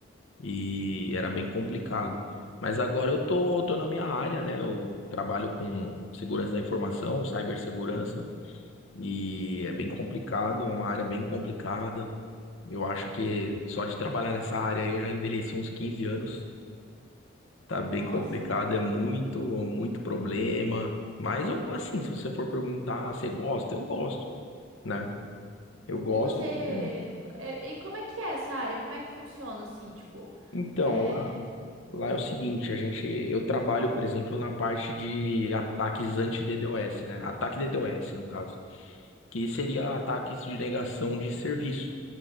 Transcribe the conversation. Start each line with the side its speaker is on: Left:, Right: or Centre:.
Left: e era bem complicado. Mas agora eu tô, tô na minha área, né? Eu trabalho com segurança da informação, cibersegurança. E é bem complicado, é uma área bem complicada. Eu acho que só de trabalhar nessa área eu já envelheci uns 15 anos. Tá bem
Right: Nossa.
Left: complicado, é muito, muito problema. Mas eu, assim, se você for perguntar, você gosta? Eu gosto, né? Eu gosto
Right: E você.
Left: porque.
Right: E, e como é que é essa área? Como é que funciona assim? Tipo,
Left: Então,
Right: é.
Left: lá, lá é o seguinte, a gente, eu trabalho, por exemplo, na parte de ataques anti-DDoS, né? Ataque DDoS, no caso, que seria ataques de negação de serviço.